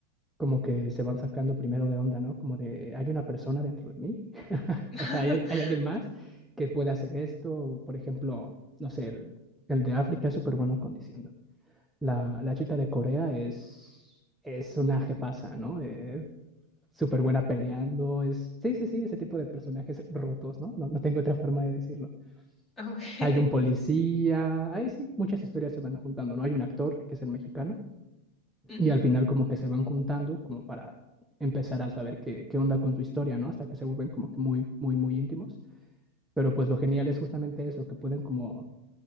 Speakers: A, in the centre; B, on the left (about 15°).
A: como que se van sacando primero de onda, ¿no? Como de, hay una persona dentro de mí, <laughs>
B: <laughs>
A: o sea, hay, al- hay alguien más que puede hacer esto, por ejemplo, no sé, el, el de África es súper bueno condiciendo. La, la chica de Corea es, es una jefaza, ¿no? Eh, súper buena peleando, es, sí, sí, sí, ese tipo de personajes rotos, ¿no? No, no tengo otra forma de decirlo.
B: Okay.
A: Hay un policía, ahí sí, muchas historias se van juntando, ¿no? Hay un actor que es el mexicano
B: Ujú.
A: y al final como que se van juntando como para empezar a saber qué, qué onda con su historia, ¿no? Hasta que se vuelven como que muy, muy, muy íntimos. Pero pues lo genial es justamente eso, que pueden como,